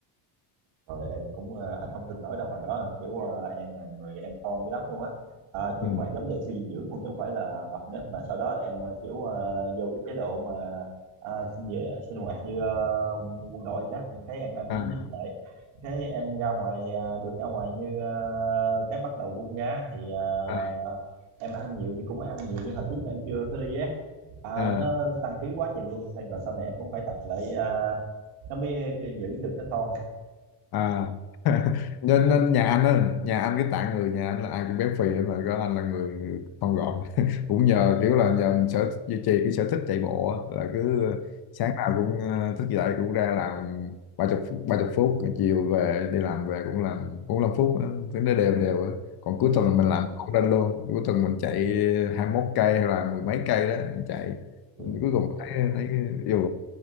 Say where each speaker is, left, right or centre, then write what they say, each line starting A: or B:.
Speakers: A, on the right; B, on the left.
A: Rồi em cũng ờ, anh không tin nổi đâu hồi đó kiểu ờ, em là người em thon dữ lắm luôn á à, kiểu
B: ừ.
A: mà giống như suy dinh dưỡng cũng chứ không phải là mập nữa mà sau đó em ờ, kiểu ờ, vô cái chế độ mà à, sinh về sinh hoạt như ờ, quân đội gì đó em thấy em ăn
B: à,
A: nhín nhín lại cái em ra ngoài ờ, được ra ngoài như ờ, cái bắt đầu bung ra thì ờ,
B: à,
A: em ăn nhiều nhưng cũng ăn nhiều như hồi trước em chưa có đi á à,
B: à.
A: nó tăng ký quá trình luôn Xong rồi sau này em cũng phải tập lại ờ, nó mới giữ được cái thon
B: à <laughs> nên, nên nhà anh á nhà anh cái tạng người nhà anh là ai cũng béo phì hết mà có anh là người, người thon gọn <laughs> cũng nhờ kiểu là nhờ mình sở duy trì cái sở thích chạy bộ á, là cứ sáng nào cũng ờ, thức dậy cũng ra làm ba chục ba chục phút chiều về đi làm về cũng làm cũng làm phút á, cứ nó đều đều á còn cuối
A: rồi
B: tuần mình Ừ. làm không lên luôn cuối tuần mình chạy hai mốt cây hay là mười mấy cây đó mình chạy
A: Ừ,
B: mình cuối cùng
A: trời,
B: thấy thấy yêu